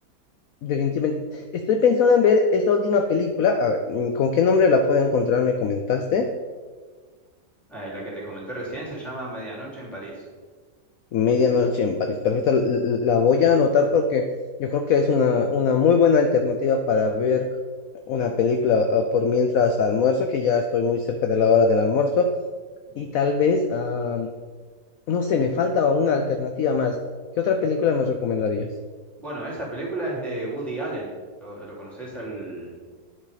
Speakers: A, on the left; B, in the centre.
A: Definitivamente. Estoy pensando en ver esa última película. A ver, ¿Con qué nombre la puedo encontrar? ¿Me comentaste?
B: Eh, la que te comenté recién se llama Medianoche en París.
A: Medianoche en París. Perfecto, l- l- la voy a anotar porque yo creo que es una, una muy buena alternativa para ver una película ah, por mientras almuerzo, que ya estoy muy cerca de la hora del almuerzo. Y tal vez, ah, no sé, me falta una alternativa más. ¿Qué otra película me recomendarías?
B: Bueno, esa película es de Woody Allen. ¿Lo, lo conoces al,